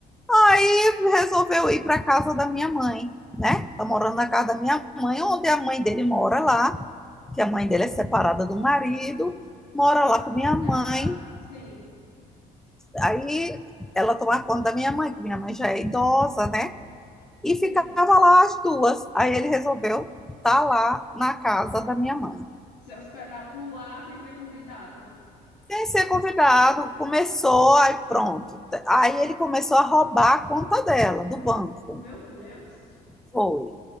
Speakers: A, in the centre; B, on the left.
A: Aí resolveu ir pra casa da minha mãe, né? Tá morando
B: Sim.
A: na casa da minha mãe, onde a mãe dele mora lá, que a mãe dele é separada do marido, mora
B: Ela,
A: lá com minha mãe.
B: ela, sim,
A: Aí ela toma conta da minha mãe, que minha mãe já é idosa, né? e
B: sim.
A: ficava lá as duas. Aí ele resolveu estar tá lá na casa da minha mãe.
B: se hospedar por lá sem ser convidado.
A: Sem ser convidado, começou, aí pronto. Aí ele começou a roubar a conta dela, do banco.
B: Meu Deus!
A: Foi.